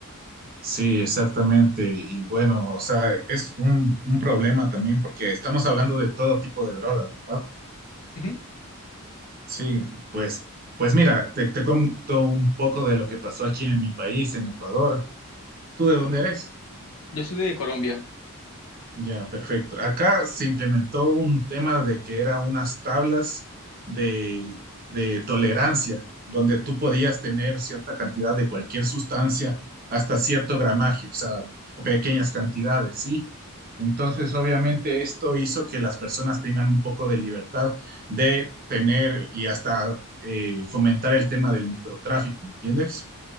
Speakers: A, on the right; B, on the left.
A: Sí, exactamente. Y bueno, o sea, es un, un problema también porque estamos hablando de todo tipo de drogas, ¿verdad?
B: Ujú.
A: Sí, pues, pues mira, te, te cuento un poco de lo que pasó aquí en mi país, en Ecuador. ¿Tú de dónde eres?
B: Yo soy de Colombia.
A: Ya, perfecto. Acá se implementó un tema de que eran unas tablas de, de tolerancia, donde tú podías tener cierta cantidad de cualquier sustancia hasta cierto gramaje, o sea, o pequeñas cantidades, ¿sí? Entonces, obviamente, esto hizo que las personas tengan un poco de libertad de tener y hasta eh, fomentar el tema del microtráfico, ¿entiendes?